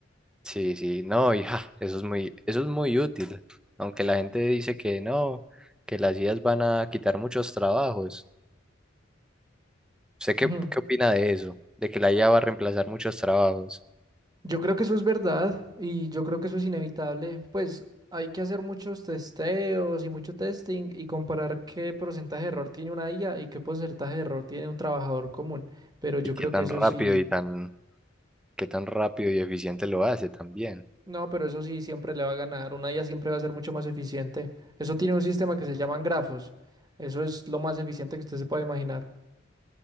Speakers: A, in the centre; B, on the right (about 20°).
A: Sí, sí, no, hija, eso es muy, eso es muy útil. Aunque la gente dice que no, que las IAs van a quitar muchos trabajos. ¿Usted qué,
B: Ujú.
A: qué opina de eso? De que la IA va a reemplazar muchos trabajos
B: Yo creo que eso es verdad y yo creo que eso es inevitable. Pues hay que hacer muchos testeos y mucho testing y comparar qué porcentaje de error tiene una IA y qué porcentaje de error tiene un trabajador común. Pero yo
A: y qué
B: creo
A: tan
B: que eso
A: rápido
B: sí,
A: y tan, qué tan rápido y eficiente lo hace también.
B: no, pero eso sí siempre le va a ganar. Una IA siempre va a ser mucho más eficiente. Eso tiene un sistema que se llaman grafos. Eso es lo más eficiente que usted se pueda imaginar.